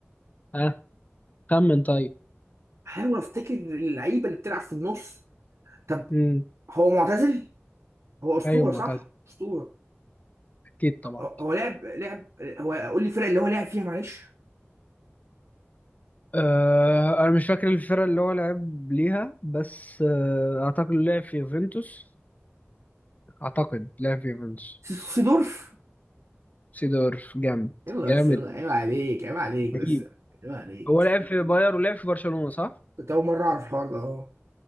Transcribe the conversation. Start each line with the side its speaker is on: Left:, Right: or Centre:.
Left: ها آه. خمن طيب
Right: حاول افتكر اللعيبه اللي بتلعب في النص طب
Left: امم
Right: هو معتزل هو اسطوره
Left: ايوه معتز
Right: صح اسطوره
Left: اكيد طبعا
Right: هو هو لعب لعب هو قول لي الفرق اللي هو لعب فيها معلش
Left: آه، انا مش فاكر الفرقه اللي هو لعب ليها بس آه، اعتقد لعب في يوفنتوس اعتقد لعب في يوفنتوس
Right: س- سيدورف
Left: سيدورف جامد
Right: يلا
Left: جامد
Right: بس يلا عيب عليك عيب عليك بس
Left: رهيب
Right: عيب عليك
Left: هو لعب في باير ولعب في برشلونه صح؟
Right: كنت أول مرة أعرف الحوار ده أه